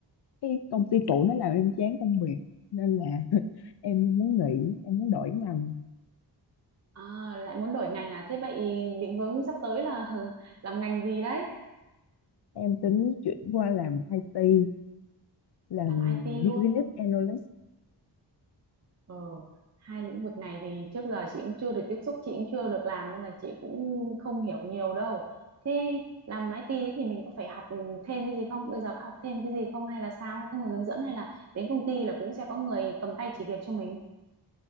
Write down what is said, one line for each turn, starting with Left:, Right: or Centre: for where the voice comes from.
Left: cái công ty cũ nó làm em chán công việc nên là <laughs> em muốn nghỉ em muốn đổi ngành
Right: à, lại muốn đổi ngành à thế vậy định hướng sắp tới là <laughs> làm ngành gì đấy
Left: em tính chuyển qua làm IT làm
Right: làm IT
Left: business
Right: luôn
Left: analyst
Right: Ờ, hai lĩnh vực này thì trước giờ chị cũng chưa được tiếp xúc, chị cũng chưa được làm nên là chị cũng không hiểu nhiều đâu. Thế làm IT ấy thì mình có phải học thêm cái gì không? Bây giờ có học thêm cái gì không hay là sao? Hay có người hướng dẫn hay là đến công ty là cũng sẽ có người cầm tay chỉ việc cho mình?